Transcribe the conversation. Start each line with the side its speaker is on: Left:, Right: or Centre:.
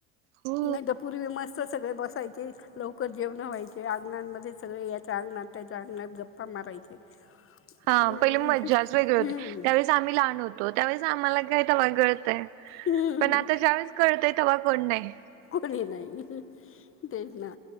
Right: हो.
Left: नाही तर पूर्वी मस्त सगळे बसायचे लवकर जेवणं व्हायचे अंगणामध्ये सगळे याच्या अंगणात त्याच्या अंगणात गप्पा मारायचे.
Right: हा
Left: हम्म,
Right: पहिले मज्जाच वेगळे होते
Left: हम्म,
Right: त्यावेळेस आम्ही लहान होतो त्यावेळेस आम्हाला काय तवा कळतय
Left: हम्म,
Right: पण आता ज्यावेेळेस कळतय तवा कोण नाही
Left: कोणीही नाही. तेच ना